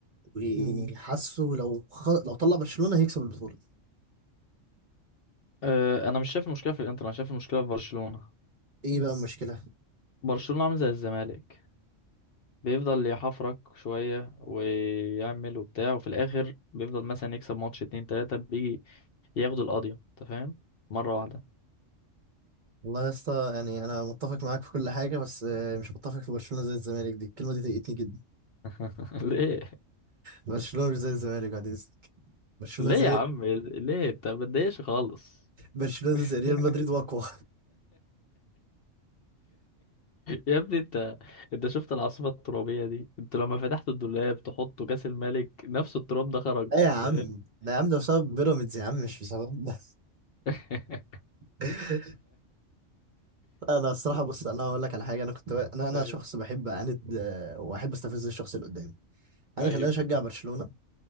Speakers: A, on the right; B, on the left.
A: وحاسه
B: مم.
A: لو خ... لو طلع برشلونة هيكسب البطولة
B: أه، انا مش شايف المشكله في الانتر انا شايف المشكله في برشلونه
A: ايه بقى المشكلة
B: برشلونه عامل زي الزمالك بيفضل يحفرك شويه ويعمل وبتاع وفي الاخر بيفضل مثلا يكسب ماتش اتنين تلاته بيجي ياخد القضيه انت فاهم مره واحده
A: والله يا اسطى يعني انا متفق معاك في كل حاجة بس آه، مش متفق في برشلونة زي الزمالك دي الكلمة دي ضايقتني جدا
B: <laughs> ليه
A: برشلونة مش زي الزمالك بعد اذنك برشلونة
B: ليه
A: زي
B: يا عم ليه انت ما تضايقش خالص
A: برشلونة
B: <laughs>
A: زي ريال مدريد واقوى
B: يا ابني انت انت شفت العاصفة الترابية دي انت لما فتحت الدولاب تحطه كاس الملك نفس التراب ده خرج
A: ايه يا عم
B: انت فاهم؟
A: ده يا عم ده بسبب بيراميدز يا عم مش بسبب ده
B: <laughs>
A: <laughs> انا الصراحه بص انا هقول لك على حاجه انا كنت انا انا
B: ايوه
A: شخص بحب اعاند آه، واحب استفز الشخص اللي قدامي انا
B: ايوه
A: خلاني اشجع برشلونه